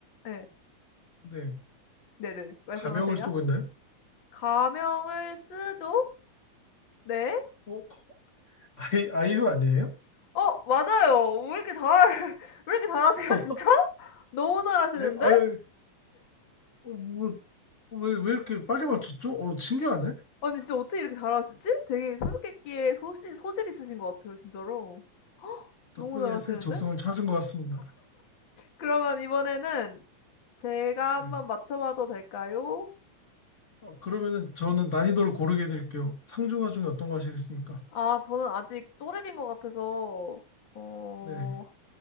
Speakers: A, on the left; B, on the left.
A: 예.
B: 네.
A: 네네네. 말씀하세요.
B: 가명을 쓰고 있나요?
A: 가명을 쓰죠? 네.
B: 어? 아이, 아이유 아니에요?
A: 어 맞아요. 왜 이렇게 잘 <laughs> 왜 이렇게 잘하세요
B: <laughs>
A: 진짜? <laughs> 너무 잘하시는데?
B: 예? 아유, 어, 뭐, 왜, 왜 이렇게 빨리 맞췄죠? 어, 신기하네.
A: 아니 진짜 어떻게 이렇게 잘하시지? 되게 수수께끼에 소시, 소질 있으신 것 같아요 진짜로. <laughs>
B: 덕분에
A: 너무 잘하시는데?
B: 새 적성을 찾은 것 같습니다.
A: 그러면 이번에는 제가
B: 네.
A: 한번 맞춰봐도 될까요?
B: 어, 그러면은 저는 난이도를 고르게 해드릴게요. 상중하 중에 어떤 거 하시겠습니까?
A: 아, 저는 아직 또래인 것 같아서, 어,
B: 네.